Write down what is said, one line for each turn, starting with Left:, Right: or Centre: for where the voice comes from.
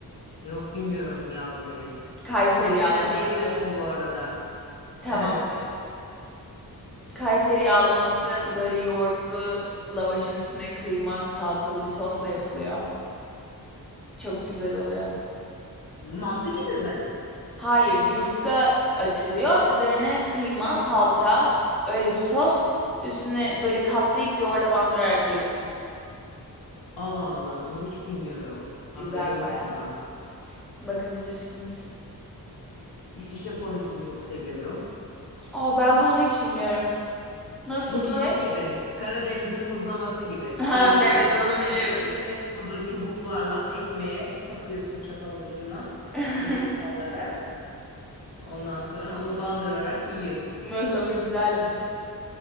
Left: Yok bilmiyorum yağlamayı.
Centre: Kayseri
Left: Bana
Centre: yağlaması.
Left: sen diyebilirsin bu arada.
Centre: Tamamdır.
Left: Evet.
Centre: Kayseri yağlaması böyle yoğurtlu lavaşın üstüne kıyma salçalı bir sosla yapılıyor. Çok güzel oluyor.
Left: Mantı gibi mi?
Centre: Hayır, yufka açılıyor. Üzerine kıyma, salça, öyle bir sos. Üstüne böyle katlayıp yoğurda bandırarak yiyorsun.
Left: Allah Allah onu hiç bilmiyorum. Haberim
Centre: Güzel
Left: yok
Centre: baya.
Left: ondan.
Centre: Bakabilirsiniz.
Left: İsviçre fondüsünü çok seviyorum.
Centre: Aa ben de onu hiç bilmiyorum. Nasıl
Left: Mıhlama
Centre: bir şey?
Left: gibi. Karadeniz'in mıhlaması gibi.
Centre: <laughs> Ha,
Left: Peynir
Centre: Evet
Left: erit,
Centre: onu
Left: eritmesi.
Centre: biliyorum.
Left: Uzun çubuklarla ekmeğe takıyorsun çatalın ucuna.
Centre: <laughs>
Left: Uzun çatallara. Ondan sonra onu bandırarak yiyorsun.
Centre: Mıhlama güzeldir.